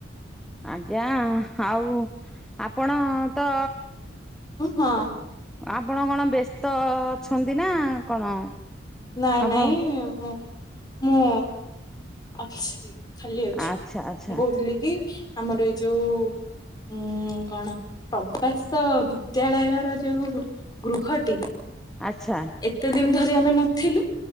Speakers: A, in the centre; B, on the left.
A: ଆଜ୍ଞା ଆଉ ଆପଣ ତ
B: ହଁ
A: ଆପଣ କଣ ବ୍ୟସ୍ତ ଅଛନ୍ତି ନା କଣ?
B: ନାଇଁ
A: ଆପଣ
B: ନାଇଁ ମୁଁ ମୁଁ ଅଛି। ଖାଲି ଅଛି
A: ଆଚ୍ଛା
B: ମୁଁ
A: ଆଚ୍ଛା
B: କହୁଥିଲି କି ଆମର ଏଇ ଯୋଉ ଉୁଁ କଣ ପ୍ରବାସ ବିଦ୍ୟାଳୟର ଯୋଉ ଗୃହଟି
A: ଆଚ୍ଛା।
B: ଏତେ ଦିନ ଧରି ଆମେ ନଥିଲୁ